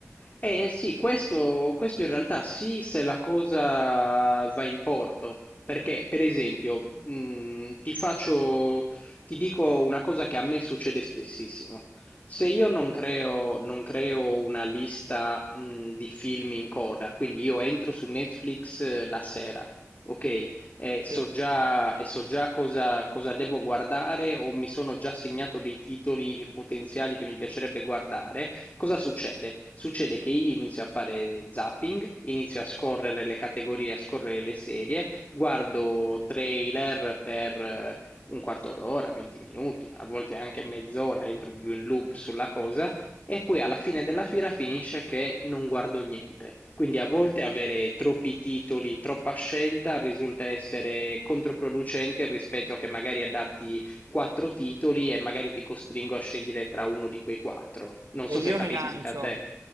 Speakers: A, on the left; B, on the right.
A: Eh sì, questo, questo in realtà sì, se la cosa va in porto, perché per esempio, mh, ti faccio, ti dico una cosa che a me succede spessissimo. Se io non creo, non creo una lista, mh, di film in coda, quindi io entro su Netflix eh, la sera, ok? E so
B: Sì.
A: già, e so già cosa, cosa devo guardare o mi sono già segnato dei titoli potenziali che mi piacerebbe guardare Cosa succede? Succede che io inizio a fare zapping, inizio a scorrere le categorie, a scorrere le serie, guardo trailer per eh, un quarto d'ora, 20 minuti, a volte anche mezz'ora, entro proprio in loop sulla cosa e poi alla fine della fiera finisce che non guardo niente. Quindi a volte avere troppi titoli, troppa scelta risulta essere controproducente rispetto a che magari a darti quattro titoli e magari ti costringo a scegliere tra uno di quei quattro. Non
B: E
A: so se
B: io
A: capita
B: rilancio,
A: anche a te.